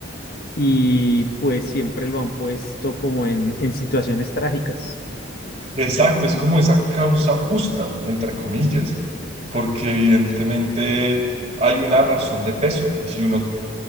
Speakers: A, on the left; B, on the right.
A: y pues siempre lo han puesto como en, en situaciones trágicas.
B: Exacto, es como esa causa justa, entre comillas, porque evidentemente hay una razón de peso, y si uno